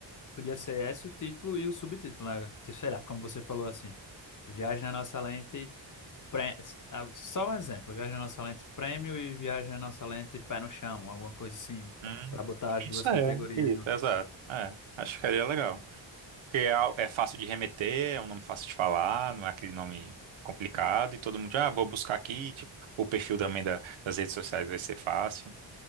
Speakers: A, on the left; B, on the right.
A: podia ser esse o título e o subtítulo, né? Tipo, Sei lá, como você falou assim. Viagem na nossa lente, pre- ah, só um exemplo, Viagem na nossa lente prêmio e Viagem na nossa lente pé no chão, alguma coisa assim,
B: Hum,
A: para botar as duas
B: isso
A: categorias
B: é, isso,
A: juntas.
B: exato. É, acho que ficaria legal. Porque é, al- é fácil de remeter, é um nome fácil de falar, não é aquele nome complicado e todo mundo, ah, vou buscar aqui, tipo, o perfil também da- das redes sociais vai ser fácil,